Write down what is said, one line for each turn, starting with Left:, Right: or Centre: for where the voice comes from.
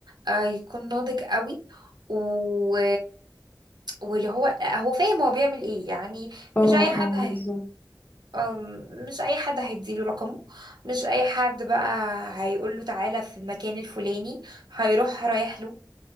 Right: آه، يكون ناضج قوي و واللي هو هو فاهم هو بيعمل ايه يعني
Left: اه
Right: مش اي حد
Left: اه
Right: هي...
Left: بالظبط
Right: أم، مش اي حد هيديله رقمه مش اي حد بقى هيقول له تعالى في المكان الفلاني هيروح رايح له